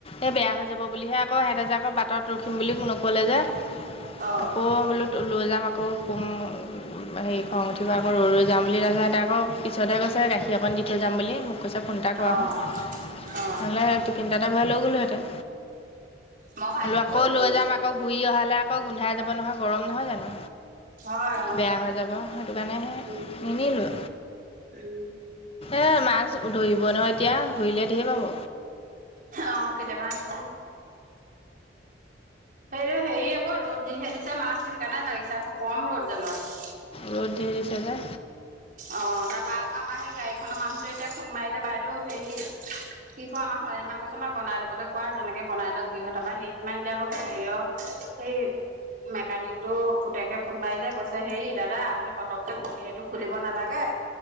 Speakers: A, on the left (about 30°); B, on the right (about 45°).
A: এই বেয়া হৈ যাব বুলিহে আকৌ সিহঁতে যে আকৌ বাটত ৰখিম বুলি নক'লে যে
B: অ
A: আকৌ বোলো লৈ যাম আকৌ কম হেৰি খং উঠিব আকৌ ৰৈ ৰৈ যাম বুলি তাৰপিছতে কৈছে আকৌ পিছত হে কৈছে গাখীৰ অকণ দি থৈ যাম বুলি মোক কৈছে ফোন এটা কৰাচোন।
B: অ অ
A: ন'হলে তিফিন এটতে ভৰাই লৈ গ'লোহেঁতেন
B: মই ভাইটিক
A: আকৌ
B: কৈছিলো
A: লৈ যাম আকৌ আকৌ ঘূৰি অহালে আকৌ গোন্ধাই যাব নহয় গৰম নহয় জানো
B: হয় অ
A: বেয়া হৈ যাব সেইটো কাৰণে সে
B: উম
A: নিনিলোঁ
B: উম।
A: এ মাছ ধৰিব নহয় এতিয়া ধৰিলে ঢেৰ পাব
B: অ কেতিয়াবা আহিব সেইযে হেৰি আকৌ ৰ'দ যিহে দিছে মাছ সেইকাৰণে লাগিছে আকৌ কম ৰ'দ জানো আজি
A: ৰ'দ ধেৰ দিছে যে,
B: অ তাৰপৰা আকৌ আমাৰ সেই গাড়ীখনৰ মানুহতোৱে যেতিয়া ফোন মাৰিলে বাইদেউ হেৰি সি আকৌ আমাৰ শৰাল যিমান গৈছে মই বনাই ল'বলৈ কোৱা যেনেকে বাই লও গৃহতাৰ পৰা সেইদিমান এতি আকৌ হেৰিয়াৰ সেই মেকানিকটো পুতেকে ফোন মাৰিলে কৈছে হেৰি দাদা আপুনি পতকে সেইটো খুলিব নালাগে